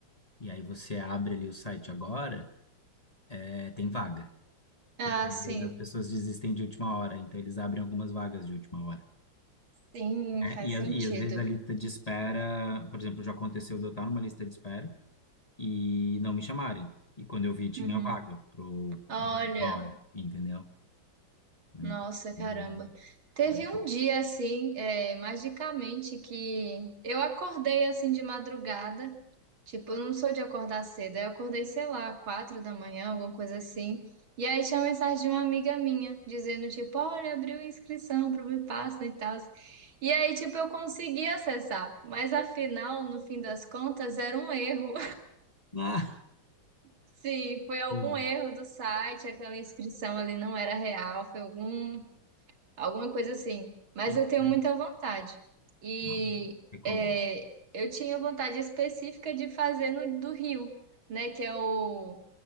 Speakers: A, on the left (about 20°); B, on the right (about 85°).
A: e aí você abre ali o site agora, é, tem vaga.
B: Ah,
A: Porque às
B: sim,
A: vezes as pessoas desistem de última hora, então eles abrem algumas vagas de última hora.
B: sim,
A: É,
B: faz
A: e, às-
B: sentido.
A: e às vezes a lista de espera, por exemplo, já aconteceu de eu estar numa lista de espera e não me chamarem. E quando eu vi, tinha
B: Uhum.
A: vaga pro de
B: Olha,
A: última hora, entendeu? Hum,
B: nossa, caramba.
A: às vezes
B: Teve
A: Pode acontecer.
B: um dia assim, é, magicamente, que eu acordei assim de madrugada. Tipo, eu não sou de acordar cedo. Aí eu acordei, sei lá, quatro da manhã, alguma coisa assim. E aí tinha mensagem de uma amiga minha, dizendo, tipo, olha, abriu inscrição pro Vipassana e tal. E aí, tipo, eu consegui acessar. Mas afinal, no fim das contas, era um erro.
A: Ah,
B: Sim, foi algum
A: que-
B: erro do site, aquela inscrição ali não era real, foi algum, alguma coisa assim. Mas
A: que-
B: eu tenho muita vontade. E
A: ah, recomendo.
B: é, eu tinha vontade específica de fazer no do Rio, né? Que é o,